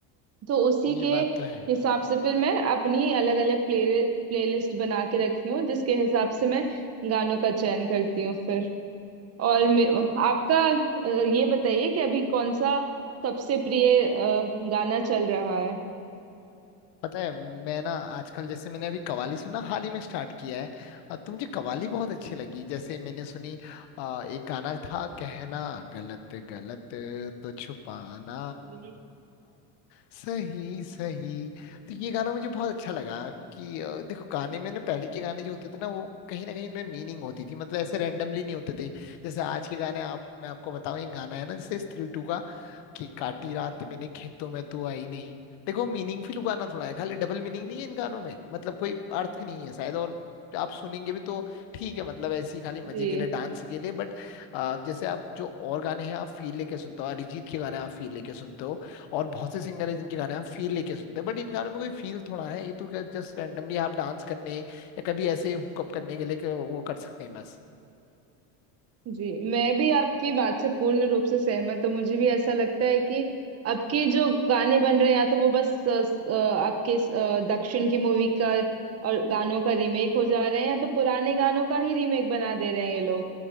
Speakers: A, on the right; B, on the left.
A: तो उसी
B: ये
A: के
B: बात तो है
A: हिसाब से फिर मैं अपनी अलग अलग प्ले प्लेलिस्ट बना के रखी हूँ जिसके हिसाब से मैं गानों का चयन करती हूँ फिर और मे- आपका अ, ये बताइए कि अभी कौन सा सबसे प्रिय अ, गाना चल रहा है
B: पता है मैं ना आजकल जैसे मैंने अभी कवाली सुनना हाल ही में स्टार्ट किया है और तो मुझे कवाली बहुत अच्छी लगी जैसे मैंने सुनी अ, एक गाना था कहना गलत गलत तो छुपाना
A: जी
B: सही सही तो ये गाना मुझे बहुत अच्छा लगा कि अ, देखो गाने में ना पहले के गाने जो होते थे ना वो कहीं ना कहीं उनमें मीनिंग होती थी मतलब ऐसे रेंडमली नहीं होते थे जैसे आज के गाने आप मैं आपको बताऊं एक गाना है ना जैसे स्त्री टू, कि काटी रात मैंने खेतों में तू आई नहीं देखो मीनिंगफुल गाना थोड़ा है खाली डबल मीनिंग नहीं है इन गानों में मतलब कोई अर्थ नहीं है शायद और आप सुनेंगे भी तो ठीक है मतलब ऐसी खाली मजे
A: जी
B: के लिए डांस के लिए बट जैसे आप जो और गाने हैं आप फील लेके सुनते हो अरिजीत के गाने आप फील लेके सुनते हो और बहुत से सिंगर हैं जिनके गाने हम फील लेके सुनते हैं बट इन गानों में कोई फील थोड़ा है ये तो क्या जस्ट रैंडमली आप डांस करने या कभी ऐसे हुकअप करने के लिए कि वो कर सकते हैं बस
A: जी मैं भी आपकी बात से पूर्ण रूप से सहमत हूँ मुझे भी ऐसा लगता है कि अब के जो गाने बन रहे हैं या तो वो बस अ, स- अ, आपके स- अ, दक्षिण की मूवी का और गानों का रीमेक हो जा रहे हैं या तो पुराने गानों का ही रीमेक बना दे रहे हैं ये लोग